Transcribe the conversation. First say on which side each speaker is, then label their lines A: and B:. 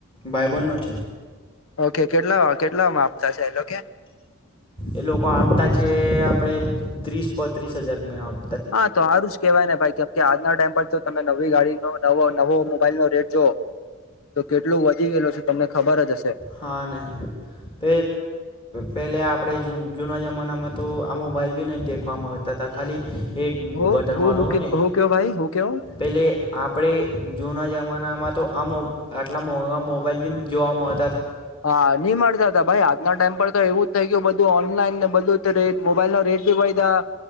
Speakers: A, on the left; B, on the left.
A: ભાઈબંધનો છે.
B: ઓકે કેટલા કેટલામાં આપતા છે એતો કે
A: એ લોકો આપતા છે આપડે ત્રીસ પોત્રીસ હજાર મે આપ
B: હા તો હારું જ કેવાય ને ભાઈ કે આજના ટાઈમ પર તો તમે નવી ગાડી ન નવો મોબાઈલ નો રેટ જો તો કેટલું વધી ગયેલો છે તમને ખબર જ હશે
A: હા અને પ પેલા આપણે જુના જમાનામાં તો આ મોબાઈલ બી નહી દેખવામાં આવતા ત ખાલી એ
B: હું
A: બટન
B: હું
A: વાળો
B: હું
A: હોય
B: કીધું
A: ને
B: હું કયો ભાઈ હું કયો
A: પેલે આપણેે જૂના જમાના તો આ આટલા મોંઘા મોબાઈલ બી જોવા મળ
B: હા ની મળતા હતા ભાઈ અદ્ના ટાઈમ પર તો એવું જ થઈ ગયું બધું ઓનલાઈન ને બધું રેટ મોબાઈલ નો રેટ બી વધયા